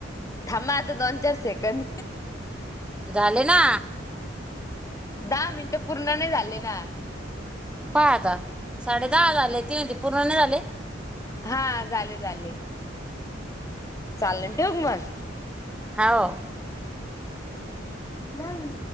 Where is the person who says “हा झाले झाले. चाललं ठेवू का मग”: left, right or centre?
Left